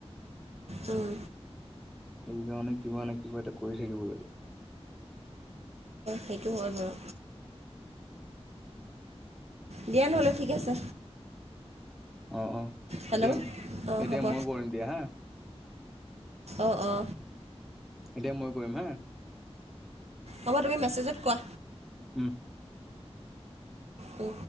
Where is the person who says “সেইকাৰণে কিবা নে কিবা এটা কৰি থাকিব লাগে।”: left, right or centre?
Centre